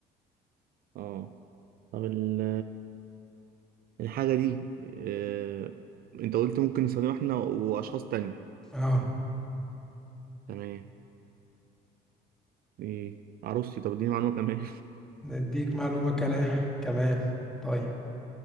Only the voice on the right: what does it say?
أه طب ال- الحاجة دي آه... أنت قلت ممكن نستخدمها إحنا وأشخاص تانية
تمام دي عروستي طب اديني معلومة كمان